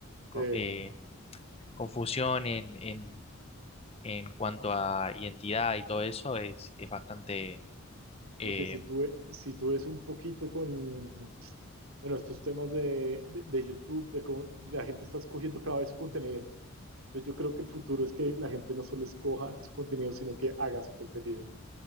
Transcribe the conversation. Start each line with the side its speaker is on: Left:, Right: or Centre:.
Left: co-
Right: Eh,
Left: eh, confusión en, en, en cuanto a identidad y todo eso es, es bastante eh,
Right: porque si tú, ve- si tú ves un poquito con, bueno, estos temas de, de, de YouTube, de cómo la gente está escogiendo cada vez su contenido. Entonces yo creo que el futuro es que la gente no solo escoja su contenido, sino que haga su contenido.